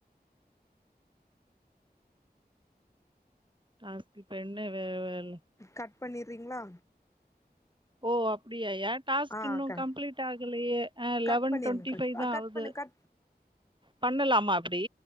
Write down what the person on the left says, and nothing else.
கட் பண்ணிறீங்ளா
ஆ
கட்
கட்
பண்ணிருங்க
கட்
கட்
பண்ணு கட்